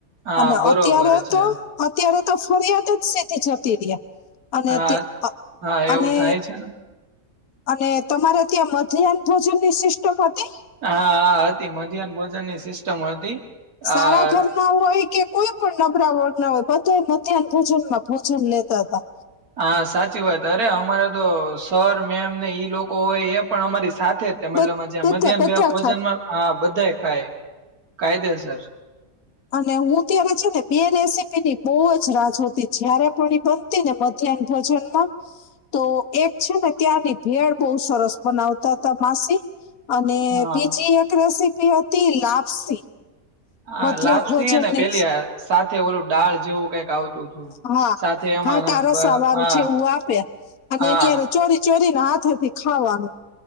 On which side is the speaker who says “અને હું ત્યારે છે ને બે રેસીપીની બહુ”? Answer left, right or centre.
Left